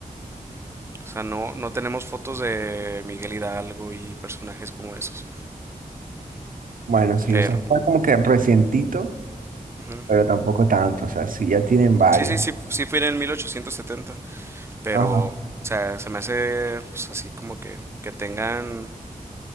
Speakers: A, on the right; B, on the right.
A: o sea, no, no tenemos fotos de Miguel Hidalgo y personajes como esos,
B: bueno, sí,
A: pero...
B: o sea, fue como que recientito,
A: ujú.
B: pero tampoco tanto. O sea, sí, ya tienen varios.
A: Sí, sí, sí, sí fue en el 1870, pero,
B: Ajá.
A: o sea, se me hace, pues así como que, que tengan,